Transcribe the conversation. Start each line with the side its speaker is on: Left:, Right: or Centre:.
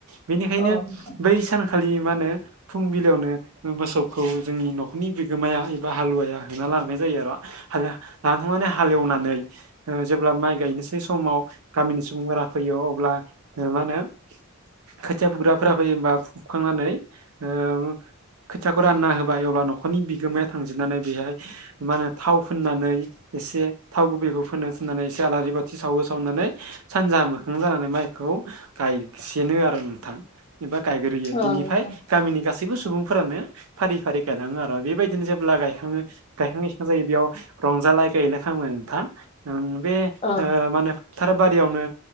Right: बेनिखायनो
Left: औ नोंथां
Right: बै सानखालि मा होनो फुंबिलियावनो मोसौखौ जोंनि न'खरनि बिगोमाया एबा हालुवाया होना लांनाय जायो आरो हाला-लानथांनानै हालेवनानै जेब्ला माइ गायनोसै समाव गामिनि सुबुंफोरा फैयो अब्ला मा होनो खोथिया बुग्राफोरा फैयोबा फुबखांनानै ओ खोथियाखौ रानना होबाय अब्ला न'खरनि बिगोमाया थांजोबनानै बेहाय मा होनो थाव फोननानै एसे थाव गुबैखौ फोनो फिनानै एसे आलारि बाथि सावो सावनानै सानजा मोखां जानानै माइखौ गायसेनो आरो नोंथां एबा गायग्रोयो
Left: औ
Right: बिनिफाय
Left: नोंथां
Right: गामिनि गासैबो सुबुंफोरानो फारि फारि गायलाङो आरो बेबायदिनो जेब्ला गायखाङो गायखां जायो बेयाव रंजालाय गायलाय खालामो नोंथां बे
Left: औ
Right: मा होनो फोथारबारियावनो